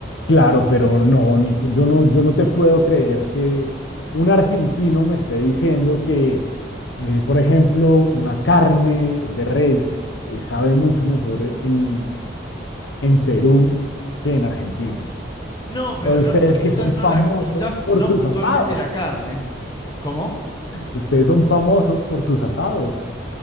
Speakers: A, on the left; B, on the left.
A: claro, pero no, Nico, yo no, yo no te puedo creer que un argentino me esté diciendo que, eh, por ejemplo, una carne de res eh, sabe mucho mejor en en Perú que en Argentina.
B: No, pero
A: O Ustedes
B: no, quizás
A: que son
B: no
A: famosos
B: la, quizás
A: por
B: no
A: sus
B: puntualmente
A: asados.
B: la carne. ¿Cómo?
A: Ustedes son famosos por sus asados,